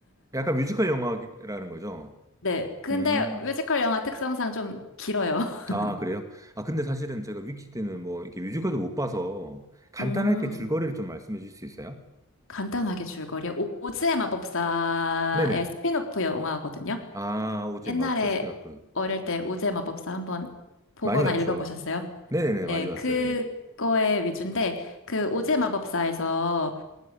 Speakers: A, on the right (about 15°); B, on the left (about 65°).
A: 약간 뮤지컬 영화라는 거죠?
B: 네. 근데
A: 음,
B: 뮤지컬 영화 특성상 좀 길어요. <laughs>
A: 아, 그래요? 아, 근데 사실은 제가 위키 때는 뭐, 이렇게 뮤지컬도 못 봐서 간단하게
B: 음,
A: 줄거리를 좀 말씀해 주실 수 있어요?
B: 간단하게 줄거리요. 오- 오즈의 마법사의
A: 네네.
B: 스피노프 영화거든요.
A: 아, 오즈의
B: 옛날에
A: 마법사 스피노프.
B: 어릴 때 오즈의 마법사 한번 보거나
A: 많이 봤죠?
B: 읽어보셨어요?
A: 네네네, 많이
B: 예,
A: 봤어요.
B: 그거에
A: 네.
B: 위주인데, 그 오즈의 마법사에서,